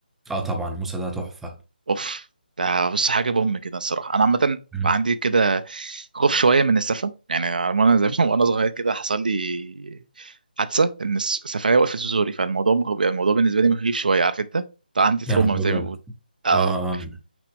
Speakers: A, in the centre; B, on the right (about 60°).
A: اه طبعا موسى ده تحفة
B: اوف ده بص حاجه بوم كده الصراحه انا عامه
A: مم.
B: عندي كده خوف شويه من السفه يعني وانا زي <laughs> وانا صغير كده حصل لي حادثه ان الس- السفايه وقفت في زوري فالموضوع مخ- يعني الموضوع بالنسبه لي مخيف شويه عارف انت ده عندي تروما
A: يا نهار
B: زي
A: أبيض
B: ما بقول اه
A: اه آه.